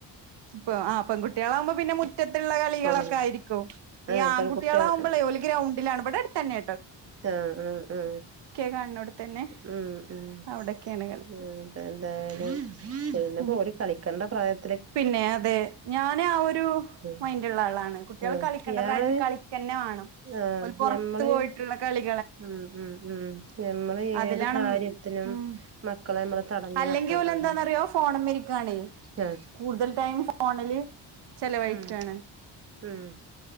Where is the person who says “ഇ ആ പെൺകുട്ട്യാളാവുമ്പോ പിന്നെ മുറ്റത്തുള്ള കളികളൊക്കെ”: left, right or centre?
Right